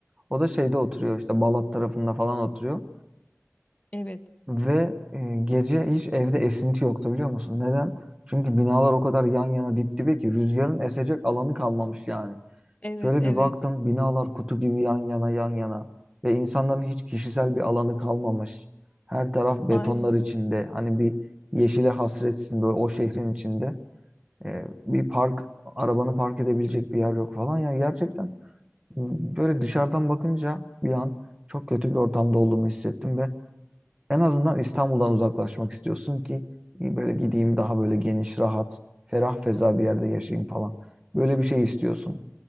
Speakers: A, on the right; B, on the left.
A: O da şeyde oturuyor işte Balat tarafında falan oturuyor.
B: Evet,
A: Ve e, gece hiç evde esinti yoktu biliyor musun? Neden? Çünkü binalar o kadar yan yana dip dibe ki rüzgarın esecek alanı kalmamış yani.
B: evet,
A: Şöyle
B: evet.
A: bir baktım binalar kutu gibi yan yana yan yana ve insanların hiç kişisel bir alanı kalmamış. Her taraf betonlar
B: Aynen.
A: içinde hani bir yeşile hasretsin böyle o şehrin içinde. E, bir park arabanı park edebilecek bir yer yok falan ya gerçekten böyle dışarıdan bakınca bir an çok kötü bir ortamda olduğumu hissettim ve en azından İstanbul'dan uzaklaşmak istiyorsun ki böyle gideyim daha böyle geniş, rahat, ferah feza bir yerde yaşayayım falan. Böyle bir şey istiyorsun.